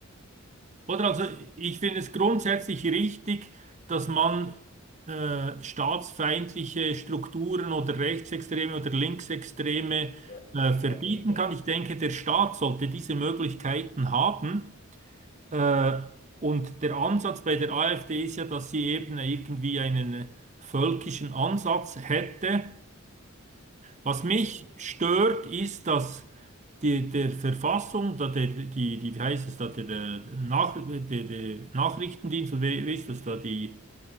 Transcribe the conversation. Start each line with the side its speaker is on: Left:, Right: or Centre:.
Right: Oder also ich finde es grundsätzlich richtig, dass man äh, staatsfeindliche Strukturen oder Rechtsextreme oder Linksextreme
Left: Ja,
Right: äh, verbieten
Left: auf jeden Fall.
Right: kann. Ich denke, der Staat sollte diese Möglichkeiten haben. Äh, und der Ansatz bei der AfD ist ja, dass sie eben irgendwie einen äh, völkischen Ansatz hätte. Was mich
Left: Hm.
Right: stört, ist, dass die, der Verfassung, da der, die, die, wie heißt es da, der, äh, Nach, der, der Nachrichtendienst, oder wer, wer ist das da, die,